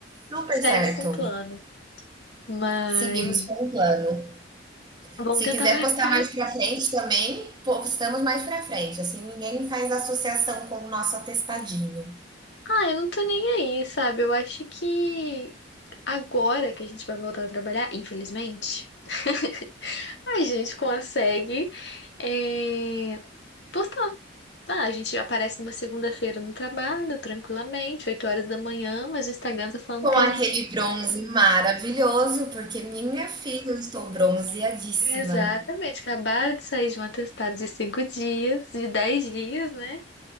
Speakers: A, on the right (about 25°); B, on the left (about 65°).
A: Super
B: segue
A: certo.
B: com o plano. Mas
A: Seguimos com o plano.
B: vamos
A: Se
B: tentar
A: quiser
B: marcar.
A: postar mais pra frente também, postamos mais pra frente. Assim ninguém faz associação com o nosso atestadinho.
B: Ah, eu não tô nem aí, sabe? Eu acho que agora que a gente vai voltar a trabalhar, infelizmente, <laughs> a gente consegue é, postar. Ah, a gente aparece numa segunda-feira no trabalho, tranquilamente, 8 horas da manhã, mas o Instagram tá falando
A: Com
B: que
A: aquele
B: a gente.
A: bronze maravilhoso, porque minha filha, eu estou bronzeadíssima.
B: Exatamente, acabaram de sair de um atestado de cinco dias, de dez dias, né?